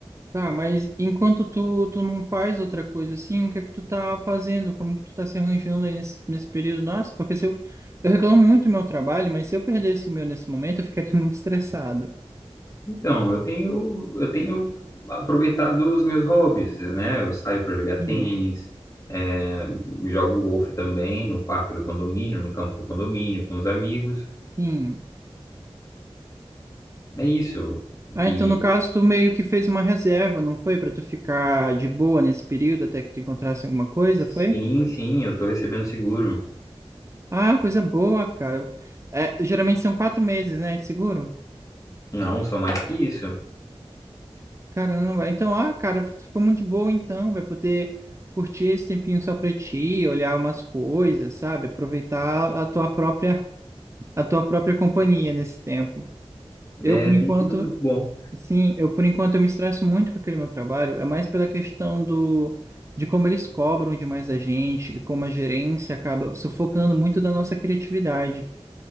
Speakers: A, on the right; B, on the left.
A: Tá, mas enquanto tu, tu não faz outra coisa assim, o que é que tu tá fazendo? Como que tu tá se arranjando aí nesse, nesse período? Nossa, porque se eu, eu reclamo muito do meu trabalho, mas se eu perdesse o meu nesse momento, eu ficaria <laughs> muito estressado.
B: Então, eu tenho, eu tenho aproveitado os meus hobbies, né? Eu saio para jogar
A: Sim,
B: tênis, é, jogo golfe também no parque do condomínio, no campo do condomínio, com os amigos.
A: sim.
B: É isso.
A: Ah,
B: E
A: então no caso tu meio que fez uma reserva, não foi? Pra tu ficar de boa nesse período até que tu encontrasse alguma coisa,
B: sim,
A: foi?
B: sim, eu estou recebendo seguro.
A: Ah, coisa boa, cara. É, geralmente são quatro meses, né, de seguro?
B: Não, só mais que isso.
A: Caramba, então, ah, cara, ficou muito de boa então, vai poder curtir esse tempinho só pra ti, olhar umas coisas, sabe? Aproveitar a tua própria, a tua própria companhia nesse tempo. Eu,
B: É,
A: por enquanto,
B: tem sido muito bom
A: sim, eu, por enquanto, eu me estresso muito com aquele meu trabalho, é mais pela questão do, de como eles cobram demais a gente, como a gerência acaba sufocando muito da nossa criatividade.